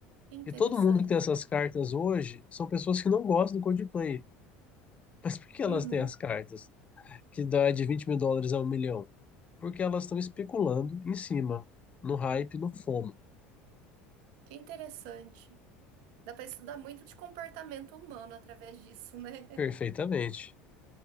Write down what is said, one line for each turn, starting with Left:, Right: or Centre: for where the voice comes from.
Right: que interessante.
Left: E todo mundo que tem essas cartas hoje são pessoas que não gostam do Coldplay. Mas por que elas
Right: Uhum,
Left: têm as cartas que dá de vinte mil dólares a um milhão? Porque elas estão especulando em cima, no hype, no FOMO.
Right: que interessante. Dá pra estudar muito de comportamento humano através disso, né?
Left: Perfeitamente.
Right: <laughs>